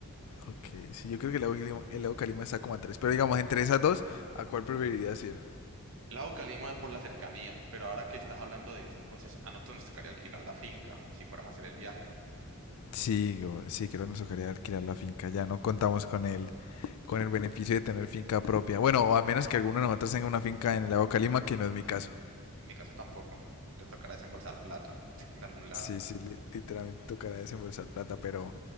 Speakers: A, on the left; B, on the right.
A: Ok, sí, yo creo que el lago, Calima, el lago Calima está como a 3. Pero digamos, entre esas dos, ¿a cuál preferirías ir?
B: El lago Calima es por la cercanía, pero ahora que estás hablando de eso, entonces a nosotros nos tocaría alquilar la finca si fuéramos a hacer el viaje, ¿no?
A: Sí, sí, creo que nos tocaría alquilar la finca. Ya no contamos con el, con el beneficio de tener finca propia. Bueno, a menos que alguno de nosotros tenga una finca en el lago Calima, que no es mi caso.
B: En mi caso tampoco, te tocará desembolsar plata <laughs> de algún lado.
A: Sí, sí, li- literalmente tocará desembolsar plata, pero,